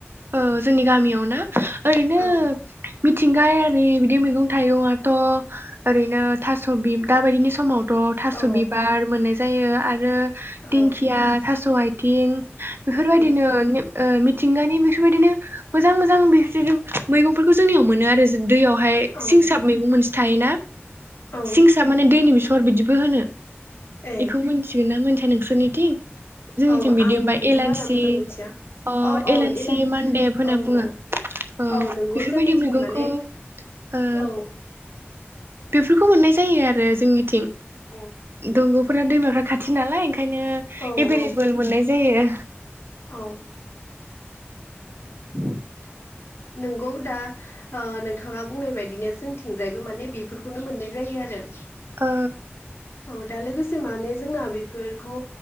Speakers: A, on the right; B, on the left.
A: औ जोंनि गामियाव ना। ओरैनो
B: औ
A: मिथिंगायारि बिदि मैगं-थाइगंआथ' ओरैनो थास' बि दा बायदिनि समाव थ' थास'
B: औ
A: बिबार मोननाय जायो आरो
B: औ
A: दिंखिया, थास' आइथिं बेफोरबायदिनो
B: औ
A: ओ मिथिंगानि बेफोरबायदिनो मोजां मोजां बेनो मैगंफोरखौ जोंनियाव मोनो आरो दैयावहाय
B: औ
A: सिंसा मैगं मोनसे थायोना
B: औ
A: सिंसा माने दैनि बेसर बिदिबो होनो।
B: ए
A: बेखौ मिथिगोन ना मोनथिया नोंसोरनिथिं जोंनिथिं
B: औ
A: बिदि
B: आं
A: होनबा
B: बेखौ
A: एलायसि
B: बारा मोजां मिथिया
A: अ
B: औ
A: एलानसि
B: औ एलाइन
A: मानदेब होनना
B: औ
A: बुङो।
B: औ
A: ओ
B: औ नंगौ
A: बेफोरबायदि
B: जोंनिथिं
A: मैगंखौ
B: माने
A: ओ
B: औ
A: बेफोरखौ मोननाय जायो आरो जोंनिथिं
B: औ
A: दंग'फोरा दैमाफ्रा खाथि नालाय ओंखायनो
B: औ
A: एभेलेबोल
B: औ
A: मोननाय जायो।
B: औ
A: <inaudible>
B: नंगौ दा ओ नोंथाङा बुंनाय बायदिनो जोंथिंजायबो माने बेफोरखौनो मोननाय जायो आरो।
A: ओ
B: औ दा लोगोसे माने जोंना बेफोरखौ